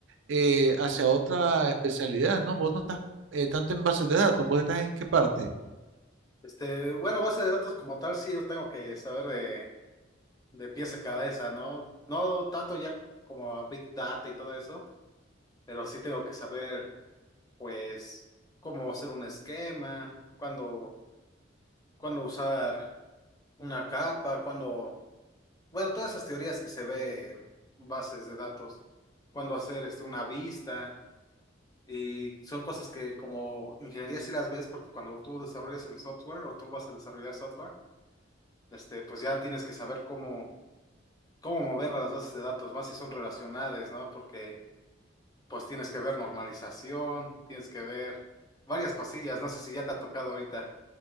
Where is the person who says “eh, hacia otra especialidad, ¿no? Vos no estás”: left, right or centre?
Right